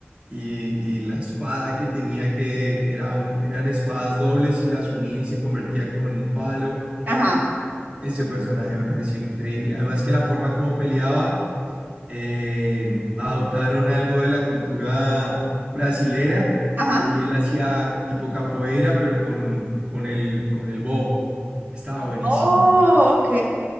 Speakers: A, on the right; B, on the right.
A: y, y la espada que tenía que era un- eran espadas dobles y las unía y se convertía como en un palo.
B: Ajá,
A: Ese personaje me pareció increíble. Además que la forma como peleaba eh, adoptaron algo de la cultura brasilera
B: ajá.
A: y él hacía tipo capoeira, pero con, con el, con el bow. Estaba buenísimo.
B: Oh, ok.